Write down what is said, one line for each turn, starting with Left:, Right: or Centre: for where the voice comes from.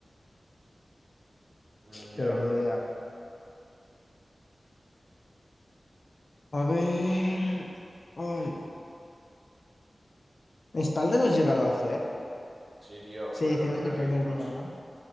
Right: mm,
Left: pero
Right: ya,
Left: ni
Right: bro.
Left: idea. A ver. Ay. ¿Espalda hemos llegado a hacer?
Right: Sí, tío,
Left: Sí,
Right: fue
Left: hicimos
Right: lo primero
Left: el primer
Right: que hicimos.
Left: día, ¿no?